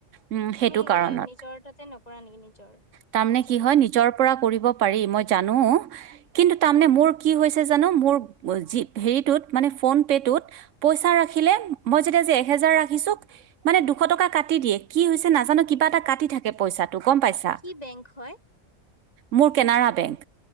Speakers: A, on the right; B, on the left.
A: উম
B: তুমি
A: সেইটো কাৰণত
B: এ নিজৰ তাতে নকৰা নেকি নিজৰ
A: তাৰ মানে
B: নিজৰ
A: কি হয়
B: কাম
A: নিজৰ পৰা কৰিব পাৰি মই জানোঁ। কিন্তু তাৰমানে মোৰ কি হৈছে জানো মোৰ জি হেৰিটোত মানে ফোনপে'টোত পইচা ৰাখিলে মই যেতিয়া এ হেজাৰ ৰাখিছো মানে, দুশ টকা কাটি দিয়ে কি হৈছে নাজানো এটা কাটি থাকে পইচাটো গম পাইছা
B: কি বেংক হয়
A: মোৰ কেনাৰা বেংক